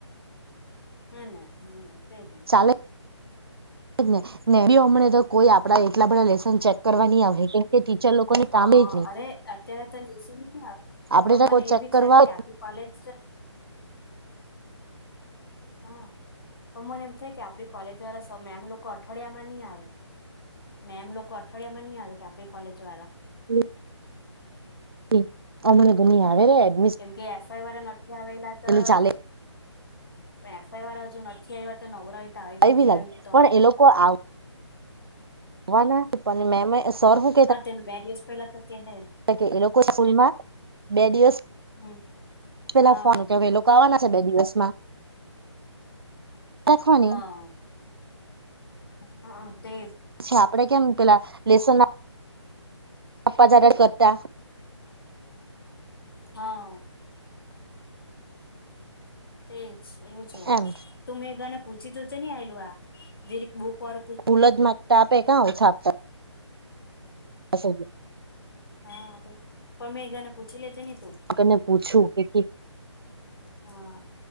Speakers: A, on the left; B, on the right.
A: હાને હમ્મ તેજને.
B: ચાલે ને ને બી હમને તો કોઈ આપડા એટલા બધા લેસન ચેક કરવાની આવે કે તે ટીચર લોકો ને
A: હા
B: કામે કે.
A: અરે અત્યારે તો લેસન નહી આવે
B: આપડે
A: પણ
B: તો
A: મને
B: કોઈ ચેક
A: એ બી
B: કરવા
A: લાગે કે આપડી કોલેજ હા, પણ મને એમ થાય કે આપડી કોલેજ વાળા એમ લોકો અઠવાડિયા માં નહી આવે કે. મેમ લોકો અઠવાડિયા માં નહી આવે કે આપણી કોલેજ વાળા.
B: હમ્મ. હમ્મ, અમને તો આવે એ.
A: કેમ કે એફ આઈ વાળા નથી આવેલા તો
B: ચાલે
A: એફ આઈ વાર હજુ નથી આવ તો નવરા હોય આઈ બી
B: કઈ
A: ગયા
B: લાગે
A: આતો.
B: પણ એ લોકો આવ વાના કે પણ મેમે સરહું
A: હા તેનું બે દિવસ પહેલા તો કે હે
B: <unintelligible> એ લોકો સ્કૂલમાં બે દિવસ,
A: હમ
B: પેલા
A: હા
B: ફોન કે એ લોકો આવવાના છે બે દિવસમાં. રાખવાની
A: હા, હા તે
B: છે આપડે કેમ પેલા લેસન આપા જારે કરતા.
A: હા. તેજ એવું જ હોર
B: એમ
A: તું મેંઘા ને પૂછી જોજ ને આલું આજે રી બૂકર
B: ફૂલ જ ટા આપે કા હું છાપ. અસો.
A: હા તે, પણ મેગાને પૂછી લેજે ને તું.
B: કને પૂછું કે
A: હા